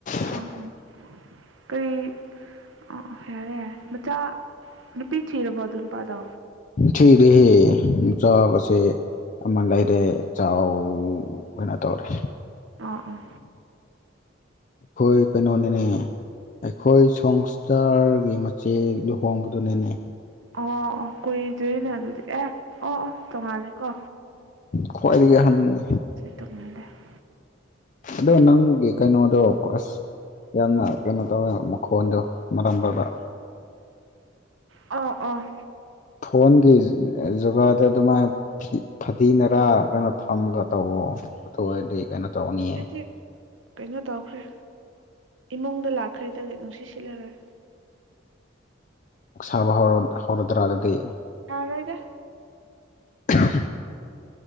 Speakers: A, on the left; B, on the right.
A: <unintelligible>
B: ꯑꯥ ꯑꯥ ꯀꯔꯤ ꯑꯥ ꯑꯣ ꯌꯥꯔꯦ ꯌꯥꯔꯦ ꯃꯆꯥ ꯅꯨꯄꯤ ꯊꯤꯔꯕꯣ ꯑꯗꯨ ꯅꯨꯄꯥꯗꯣ
A: ꯊꯤꯔꯦ ꯍꯦ ꯃꯆꯥꯀꯁꯦ ꯑꯃ ꯂꯩꯔꯦ ꯆꯥꯎ ꯀꯩꯅꯣ ꯇꯧꯔꯦ
B: ꯑꯣ ꯑꯣ
A: ꯈꯣꯏ ꯀꯩꯅꯣꯅꯤꯅꯦ ꯑꯩꯈꯣꯏ ꯁꯣꯡꯁꯇꯥꯔꯒꯤ ꯃꯆꯦ ꯂꯨꯍꯣꯡꯕꯗꯨꯅꯦꯅꯦ
B: ꯑꯣ ꯑꯣ ꯀꯨꯏꯗꯣꯏꯅꯦ ꯑꯗꯨꯗꯤ ꯑꯦ ꯑꯣ ꯑꯣ ꯇꯣꯡꯉꯥꯜꯂꯦ ꯀꯣ
A: ꯈ꯭ꯋꯥꯏꯔꯤ ꯑꯍꯟꯅꯤ
B: <unintelligible>
A: ꯑꯗꯣ ꯅꯪꯒꯤ ꯀꯩꯅꯣꯗꯣ ꯑꯁ ꯌꯥꯝꯅ ꯀꯩꯅꯣ ꯇꯧꯋꯦ ꯃꯈꯣꯟꯗꯣ ꯃꯔꯝ ꯃꯔꯛꯇꯥ
B: ꯑꯣ ꯑꯣ
A: ꯐꯣꯟꯒꯤ ꯖꯨꯒꯥꯗ ꯑꯗꯨꯃꯥꯏꯅ ꯐꯗꯤꯅꯔꯥ ꯊꯝꯃꯒ ꯇꯧꯋꯣ ꯑꯗꯨ ꯑꯣꯏꯔꯗꯤ ꯀꯩꯅꯣ ꯇꯧꯅꯤꯌꯦ
B: <unintelligible> ꯀꯩꯅꯣ ꯇꯧꯈ꯭ꯔꯦ ꯏꯃꯨꯡꯗ ꯂꯥꯛꯈ꯭ꯔꯗꯒꯤ ꯅꯨꯡꯁꯤꯠ ꯁꯤꯠꯂꯔꯦꯏ
A: ꯑꯣꯛ ꯁꯥꯕ ꯍꯧꯔꯣꯏꯗ꯭ꯔꯥ ꯑꯗꯨꯗꯤ
B: ꯌꯥꯥꯔꯣꯏꯗ
A: <unintelligible>